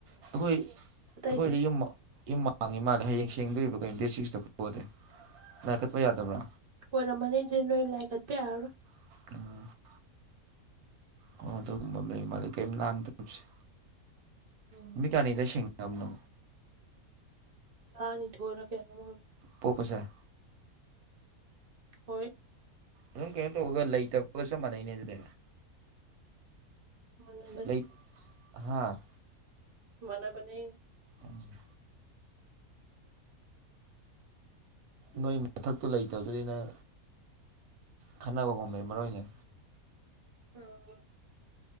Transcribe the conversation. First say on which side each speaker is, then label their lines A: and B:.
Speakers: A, on the right; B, on the right.
A: ꯑꯩꯈꯣꯏ ꯑꯩꯈꯣꯏꯗꯤ
B: ꯑꯇꯩꯗꯤ
A: ꯌꯨꯝ ꯍꯥꯡꯉꯤ ꯃꯥꯜꯂꯦ ꯍꯌꯦꯡ ꯁꯦꯡꯗꯣꯔꯤꯕ ꯀꯩꯅꯣ ꯗꯦꯠ ꯁꯤꯛꯁꯇ ꯄꯣꯗꯦ ꯂꯥꯏ ꯀꯠꯄ ꯌꯥꯗꯕ꯭ꯔꯥ
B: ꯑꯣꯏꯔꯝꯃꯅꯤ ꯗꯨꯗꯤ ꯅꯣꯏ ꯂꯥꯏ ꯀꯠꯄ ꯌꯥꯔꯔꯣꯢ
A: ꯎꯥ ꯑꯣ ꯑꯗꯨꯒꯨꯝꯕ ꯑꯃ ꯂꯩ ꯃꯥꯜꯂꯤ ꯀꯔꯤꯝ ꯂꯥꯡꯗꯕꯁꯦ
B: ꯎꯝ
A: ꯅꯨꯃꯤꯠ ꯀꯌꯥꯅꯤꯗ ꯁꯦꯡꯅꯕꯅꯣ
B: ꯇꯔꯥ ꯊꯣꯏꯔ ꯀꯩꯅꯣꯝ ꯑꯣꯏꯕꯅꯦ
A: ꯄꯣꯞꯄꯁꯦ
B: ꯍꯣꯏ
A: ꯑꯗꯨꯝ ꯀꯩꯅꯣ ꯇꯧꯔꯒ ꯂꯩꯇꯕꯒ ꯆꯞ ꯃꯥꯟꯅꯩꯅꯦ ꯑꯗꯨꯗꯤ
B: ꯃꯥꯟꯅꯕ
A: ꯂꯩꯛ ꯍꯥꯥ
B: ꯃꯥꯟꯅꯕꯅꯦ
A: ꯎꯝ ꯅꯣꯏ ꯃꯊꯛꯇꯨ ꯂꯩꯇꯕꯗꯨꯗꯩ ꯅꯪ ꯈꯟꯅ ꯍꯧꯕꯝ ꯂꯩꯔꯝꯃꯔꯣꯏꯅꯦ
B: ꯎꯝ <inaudible>